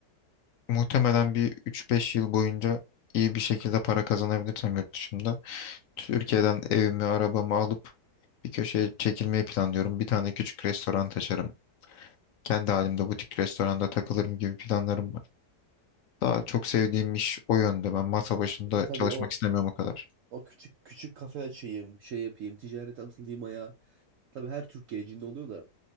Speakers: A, on the left; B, on the right.
A: Muhtemelen bir 3-5 yıl boyunca iyi bir şekilde para kazanabilirsem yurt dışında. Türkiye'den evimi, arabamı alıp bir köşeye çekilmeyi planlıyorum. Bir tane küçük restoran açarım. Kendi halimde butik restoranda takılırım gibi planlarım var. Daha çok sevdiğim iş o yönde. Ben masa başında
B: Ya tabii
A: çalışmak
B: o
A: istemiyorum o kadar.
B: o küçük küçük kafe açayım, şey yapayım, ticarete atılayım ayağa. Tabii her Türk gencinde oluyor da.